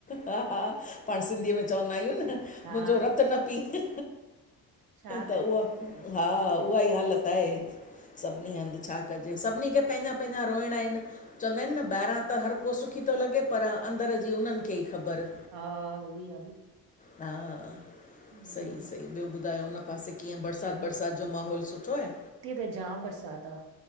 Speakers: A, on the left; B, on the right.
A: हा -हा, पाण सिंधीअ में चवंदा आहियूं न,
B: हा
A: मुंजो रत्तु न पीउ।
B: छा
A: त
B: कजे
A: उहा, हा उहा ई हालत आहे। सभिनी हंध, छा कजे? सभिनी खे पंहिंजा पंहिंजा रोइणा आहिन, चवंदा आहिन न! ॿाहिरां त हर को सुखी थो लॻे, पर अंदरि जी उन्हनि खे ई ख़बर।
B: हा, उ ई आ न।
A: हा,
B: हम्म,
A: सई -सई ॿियो? ॿुधायो हुन पासे कीअं, बरसात -बरसात जो माहौल सुठो आहे?
B: हित्ते त जाम बरसात आ।